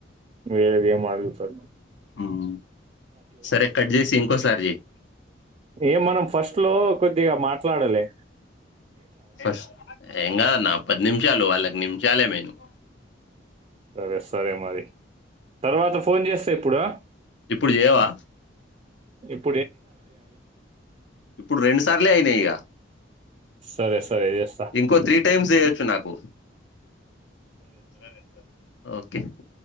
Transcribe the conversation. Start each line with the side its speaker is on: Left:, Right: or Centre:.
Right: వేరేది ఏమడుగు తాడు సార్
Left: ఉమ్ సరే కట్ చేసి ఇంకో సారి చేయి
Right: ఏం మనం ఫస్ట్ ఇట్లో కొద్దిగా మాట్లాడలే
Left: ఫస్ట్ ఎంగాదన్న నిమిషాలు వాళ్ళకి నిమిషాల చాల మను
Right: సరే సరే మరి తర్వాత ఫోన్ చేస్తా ఇప్పుడు
Left: ఇప్పుడు చేయవా
Right: ఇ
Left: ఇప్పుడు రెండు సార్లే అయినాయి ఇక
Right: సరే సరే చేస్తా
Left: ఇంకో త్రీ టైమ్స్ వచ్చు నాకు సరే ఓకే ఓకే